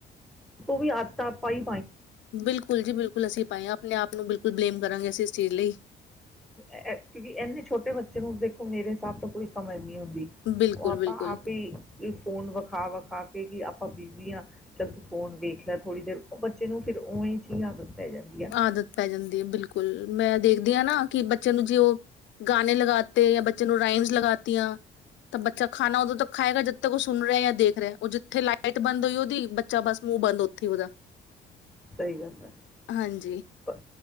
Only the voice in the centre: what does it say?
ਉਹ ਵੀ ਆਦਤਾ ਪਾਈ
ਅਹ ਅ ਕਿਉਂਕਿ ਇੰਨੇ ਛੋਟੇ ਬੱਚੇ ਨੂੰ ਦੇਖੋ ਮੇਰੇ ਹਿਸਾਬ ਤੋਂ ਕੋਈ ਸਮਝ ਨੀ ਹੁੰਦੀ ਦੀ,
ਔਹ ਆਪਾਂ
ਆਪ ਹੀ ਫੋਨ ਵਖਾ-ਵਖਾ ਕਿ ਆਪਾਂ ਬਿਜ਼ੀ ਹਾਂ ਚੱਲ ਤੂੰ ਫੋਨ ਵੇਖ ਲੈ ਥੋੜੀ ਦੇਰ ਉਹ ਬੱਚੇ ਨੂੰ ਫਿਰ ਉਵੀ ਜਈ ਆਦਤ ਪੈ ਜਾਂਦੀ ਆ
ਸਹੀ ਗੱਲ ਏ।
ਪ